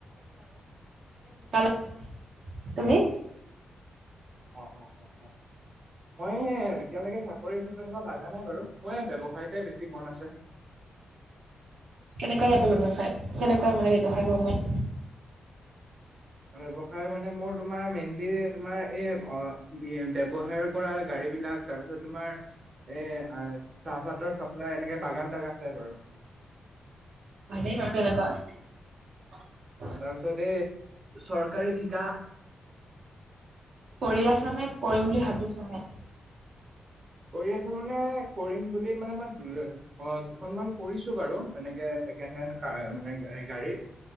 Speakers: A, on the right (about 70°); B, on the right (about 35°).
A: <unintelligible> তুমি?
B: অ অ অ অ মই এতিয়ালৈকে চাকৰি ক্ষেত্ৰত ইমান লাগা নাই বাৰু। মই ব্যৱসায়তে বেছি মন আছে।
A: কেনেকুৱা টাইপৰ ব্যৱসায়, কেনেকুৱা মানে ব্যৱসায় কৰিব মন?
B: ব্যৱসায় মানে মোৰ তোমাৰ মেইনলি তোমাৰ, এই অ ব্যৱসায় কৰা গাড়ী বিলাক তাৰপিছত তোমাৰ, এ চাহপাতৰ চাপ্লাই এনেকে বাগান চাগান যোই বাৰু।
A: ভালেই বাৰু তেনেকুৱা।
B: অ তাৰ পিছত এই চৰকাৰী ঠিকা
A: কৰি আছা নে কৰিম বুলি ভাবিছা হে?
B: কৰি আছো মানে কৰিম বুলি মানে মই অ দুখনমান কৰিছো বাৰু, এনেকে ছেকেণ্ড হেণ্ড মানে গাড়ীৰ।